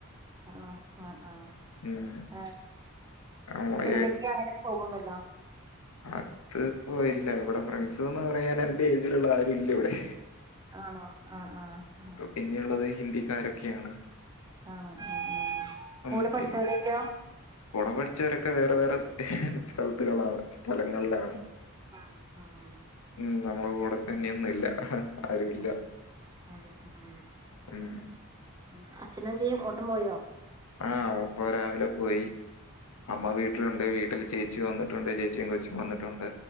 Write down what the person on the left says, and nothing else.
ഉം.
നമ്മള്
അത്പ്പോ ഇല്ല ഇവിടെ ഫ്രണ്ട്സ്ന്ന് പറയാൻ എന്റെ ഏജിലുള്ള ആരും ഇല്ല ഇവിടെ
പിന്നെള്ളത് ഹിന്ദിക്കാരൊക്കെയാണ്.
ഉം
പിൻ കൂടെ പഠിച്ചവരൊക്കെ വേറെ വേറെ ഹ്ഹ സ്ഥലത്തുകളാണ് സ്ഥലങ്ങളിലാണ്
ഉം നമ്മള് കൂടെ തന്നെയൊന്നും ഇല്ല ആരുമില്ല.
ഉം
ആഹ് ഓപ്പൊ രാവിലെ പോയി അമ്മ
വീട്ടില്ണ്ട് വീട്ടില് ചേച്ചി വന്നിട്ടുണ്ട് ചേച്ചിം കൊച്ചും വന്നിട്ടുണ്ട്